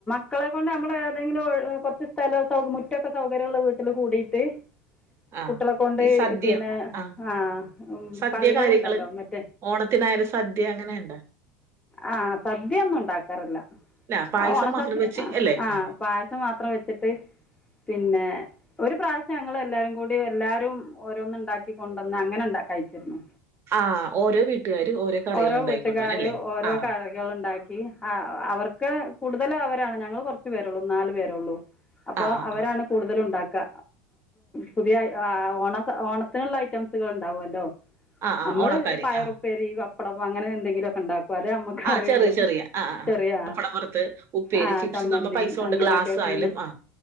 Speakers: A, on the left; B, on the right.
A: മക്കളെ കൊണ്ട് നമ്മള് ഏതെങ്കിലും ഒഴി കൊറച്ച് സ്ഥല സ മുറ്റൊക്കെ സൗകര്യള്ള വീട്ടില് കൂടിയിട്ട്
B: ആ
A: കുട്ടികളെ കൊണ്ട്
B: ഈ സദ്യ
A: പിന്നെ
B: ആ
A: ആഹ്
B: സദ്യ
A: കളികളുണ്ടല്ലോ
B: കാര്യങ്ങള്
A: മറ്റേ
B: ഓണത്തിനായാലും സദ്യ അങ്ങനെയ്ണ്ടോ?
A: ആഹ് സദ്യ ഒന്നും ഉണ്ടാക്കാറില്ല
B: ഇല്ല പായസം
A: അഹ് ഓണസദ്യ
B: മാത്രം വെച്ച്
A: ആഹ്
B: അല്ലേ
A: ആഹ്
B: ആ
A: പായസം മാത്രം വെച്ചിട്ട് പിന്നെ ഒരു പ്രാശ്യം ഞങ്ങള് എല്ലാരും കൂടി എല്ലാരും ഓരോന്ന് ഇണ്ടാക്കി കൊണ്ടുവന്ന് അങ്ങനെണ്ടാ കഴിച്ചിരുന്നു
B: ആഹ് ഓരോ വീട്ടുകാര് ഓരോ കറികൾ
A: ഓരോ
B: ഉണ്ടായിക്കൊണ്ടുവരും
A: വീട്ടുകാരും
B: അല്ലേ
A: ഓരോ
B: ആ
A: കറി കള്ണ്ടാക്കി ആഹ് അവർക്ക് കൂടുതലും അവരാണ് ഞങ്ങള് കൊറച്ചു പേരൊള്ളൂ നാലു പേരൊള്ളൂ അപ്പൊ
B: ആ ആ
A: അവരാണ്
B: ആ
A: കൂടുതലും ഇണ്ടാക്ക പുതിയ ഓണ ഓണത്തിനുള്ള ഐറ്റംസുകള് ഇണ്ടാവുമല്ലോ?
B: ആ ആ
A: അമ്മള്
B: ഓണക്കാര്
A: പയറുപ്പേരി,
B: ആ
A: പപ്പടം, അങ്ങനെ എന്തെങ്കിലൊക്കെ ഇണ്ടാക്കും അതെ നമ്മക്ക്
B: ആ
A: അറിയൊള്ളു
B: ചെറിയ ചെറിയ ആ ആ
A: ചെറിയ
B: ആ പപ്പടം വറുത്ത് ഉപ്പേരി
A: ആഹ്
B: ചിപ്സ്
A: ചമ്മന്തി,
B: നമ്മ പൈസ കൊണ്ട്
A: അങ്ങനെക്കെ
B: ഗ്ലാസ്
A: പിന്നെ
B: ആയാലും ആ